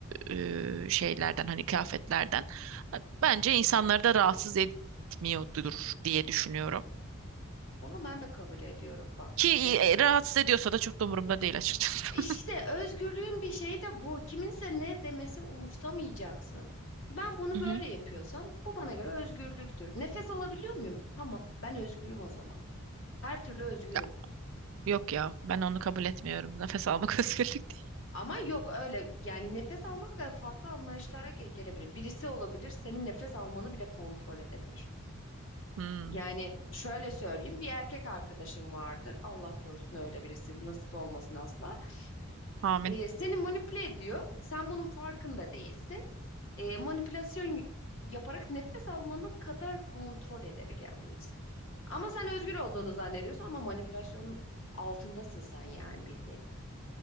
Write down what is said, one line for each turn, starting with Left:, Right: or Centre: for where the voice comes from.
Right: e, şeylerden hani kıyafetlerden, bence insanları da rahatsız etmiyordur diye düşünüyorum.
Left: onu ben de kabul ediyorum bak.
Right: Ki
Left: Ee,
Right: e, rahatsız ediyorsa da çok da umurumda değil açıkçası.
Left: işte özgürlüğün bir şeyi de bu. Kiminse ne demesi umursamayacaksın. Ben bunu
Right: Hı
Left: böyle
Right: hı.
Left: yapıyorsam bu bana göre özgürlüktür. Nefes alabiliyor muyum? Tamam, ben özgürüm o zaman. Her türlü özgürüm.
Right: Ya, yok ya ben onu kabul etmiyorum. Nefes almak <laughs> özgürlük değil.
Left: Ama yok öyle yani nefes almak da farklı anlayışlara ge- gelebilir. Birisi olabilir, senin nefes almanı bile kontrol edebilir.
Right: Hmm,
Left: Yani şöyle söyleyeyim bir erkek arkadaşım vardır. Allah korusun öyle birisi nasip olmasın asla.
Right: amin.
Left: Ee, seni manipüle ediyor. Sen bunun farkında değilsin. Ee, manipülasyon yaparak nefes almanın kadar kontrol edebilen bir insan. Ama sen özgür olduğunu zannediyorsun ama manipülasyonun altındasın sen yani bildiğin. <laughs>